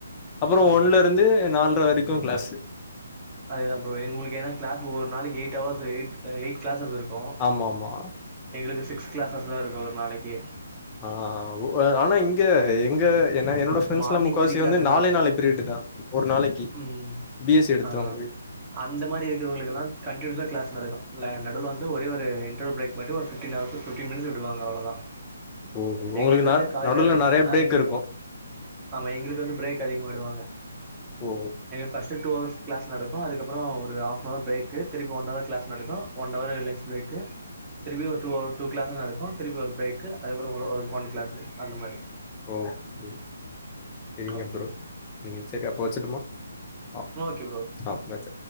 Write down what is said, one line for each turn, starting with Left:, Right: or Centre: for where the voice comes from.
Left: அப்புறோ
Right: ம்
Left: ஒன்னுலருந்து நால்ர வரைக்கூ க்ளாசு
Right: அதேதா ப்ரோ எ உங்களுக்கு ஏன்னா க்ளாஸ் ஒரு நாளைக்கி eight hours eight eight classes இருக்கூ
Left: ஆமா ஆமா
Right: எங்களுக்கு சிக்ஸ் கிளாஸஸ் தா இருக்கூ ஒரு நாளைக்கி
Left: ஆ ஓ அ ஆனா இங்க எங்க என்ன என்னோட ஃபிரெண்ட்ஸ்லா
Right: மார்னிங்
Left: முக்காவாசி
Right: த்ரீ கிளாஸஸ்
Left: வந்து நாலே
Right: இருக்கு
Left: நாலே பிரியட் தா ஒரு நாளைக்கி
Right: ம்
Left: பி எஸ் சி எடுத்தவுங்களுக்கு
Right: ஆ அந்த மாரி இருக்கிறவுங்களுக்குலா கண்டினியூயஸ்ஸா க்ளாஸ் நடக்கும் ல நடுல வந்து ஒரே ஒரு இன்ரோல் ப்ரேக் மட்டு ஒரு ஃபிப்டின் ஹவர்ஸ் ஃபிப்டின் மினிட்ஸ் விடுவாங்க அவ்ளோ தா
Left: ஓஹோ! உங்களுக்கு
Right: எங்களுக்கு
Left: ந
Right: வந்து காலைல
Left: நடுவுல
Right: ரென்
Left: நெறைய
Right: ஆ
Left: பிரேக்
Right: எங்களுக்கு
Left: இருக்கும்.
Right: ஆமா எங்களுக்கு வந்து பிரேக் அதிகமா விடுவாங்க
Left: ஓ
Right: ஃபஸ்ட்டு டூ ஹவர்ஸ் க்ளாஸ் நடக்கூ அதுக்கப்புறோ ஒரு ஆஃப் நவர் பிரேக்கு திருப்பி ஒன் ஹவர் க்ளாஸ் நடக்கூ ஒன் அவரு லஞ்ச்சு பிரேக்கு திருப்பி ஒரு டூ டூ க்ளாஸஸ் நடக்கூ திருப்பி ஒரு பிரேக்கு அதுப்புறோ ஒரு ஒன் கிளாஸு அந்த மாரி
Left: ஓகே செரிங்க
Right: ஓகே
Left: ப்ரோ செரி அப்போ வச்சுட்டுமா ஆ
Right: ஓகே ப்ரோ ஓகே
Left: ஆ வச்ச